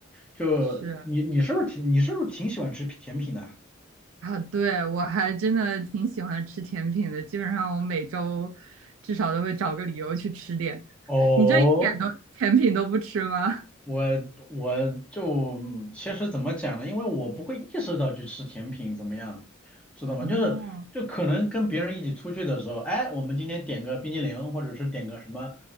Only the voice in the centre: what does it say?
就你你是不是挺你是不是挺喜欢吃甜品的啊
哦，
我我就其实怎么讲呢？因为我不会意识到去吃甜品怎么样，知道吗？
就是就可能跟别人一起出去的时候，哎，我们今天点个冰激凌，或者是点个什么，